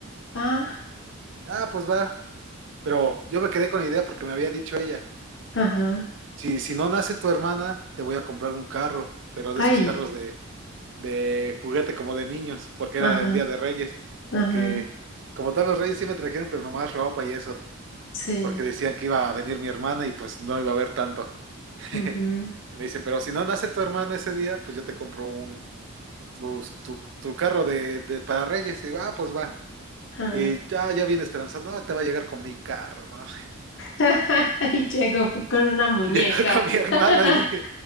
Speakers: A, on the left (about 60°); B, on the right (about 60°).
A: ah,
B: Ah, pues va. Pero yo me quedé con la idea porque me había dicho ella,
A: ajá,
B: si, si no nace tu hermana, te voy a comprar un carro, pero
A: ahí,
B: de esos carros de, de juguete como de niños, porque
A: ajá,
B: era el Día de Reyes,
A: ajá,
B: porque como tal los Reyes sí me trajeron, pero nomás ropa y eso,
A: sí,
B: porque decían que iba a venir mi hermana y pues no iba a haber tanto. <laughs>
A: ujú,
B: Y me dice, pero si no nace tu hermana ese día, pues yo te compro un, tu, tu, tu carro de, de para Reyes. Y digo, ah, pues va.
A: ah.
B: Y ya, ya viene esperanzado, no, te va a llegar con mi carro, ¿no?
A: <laughs> Y llegó con una muñeca,
B: Y llegué <laughs> con mi hermana
A: <laughs>
B: y dije,